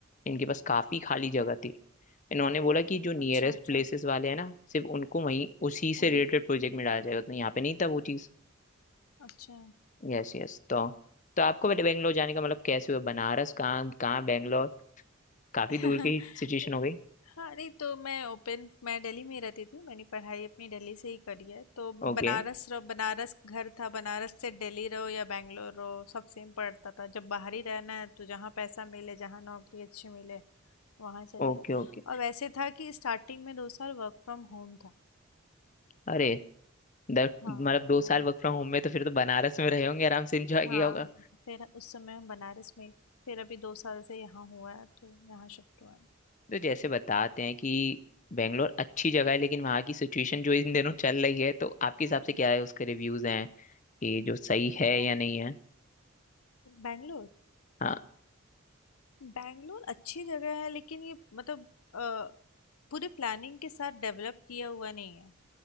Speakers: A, on the left; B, on the left.
A: इनके पास काफी
B: ओके
A: खाली जगह थी इन्होंने बोला कि जो नियरेस्ट
B: अच्छा अच्छा
A: प्लेसेस वाले हैं ना सिर्फ उनको वहीं उसी से
B: ओह,
A: रिलेटेड प्रोजेक्ट में डाला जाएगा तो यहाँ पे नहीं था वो चीज
B: अच्छा
A: यस यस तो तो आपको पहले बैंगलोर जाने का मतलब कैसे हुआ बनारस कहाँ कहाँ बैंगलोर काफी
B: <laughs>
A: दूर की सिचुएशन हो गई
B: हाँ नहीं तो मैं ओपन मैं दिल्ली में ही रहती थी मैंने पढ़ाई अपनी दिल्ली से ही करी है तो
A: Okay
B: बनारस रहो बनारस घर था बनारस से दिल्ली रहो या बैंगलोर रहो सब सेम पड़ता था जब बाहर ही रहना है तो जहाँ पैसा मिले जहाँ नौकरी अच्छी मिले वहाँ चले
A: okay
B: जाओ
A: okay
B: और वैसे था कि स्टार्टिंग में दो साल वर्क फ्रॉम होम था
A: अरे दर
B: हाँ
A: मतलब दो
B: तो
A: साल वर्क फ्रॉम होम में तो फिर तो बनारस में रहे होंगे आराम से एंजॉय
B: हाँ
A: किया होगा
B: फिर उस समय हम बनारस में फिर अभी दो साल से यहाँ हुआ है तो यहाँ शिफ्ट हुआ
A: तो जैसे बताते हैं कि बेंगलोर अच्छी जगह है लेकिन वहाँ की सिचुएशन जो इन दिनों चल रही है तो आपके हिसाब से क्या है उसके रिव्यूज हैं कि जो सही है
B: है
A: या नहीं है
B: बैंगलोर
A: हाँ
B: बैंगलोर अच्छी जगह है लेकिन ये मतलब अ, पूरे प्लानिंग के साथ डेवलप किया हुआ नहीं है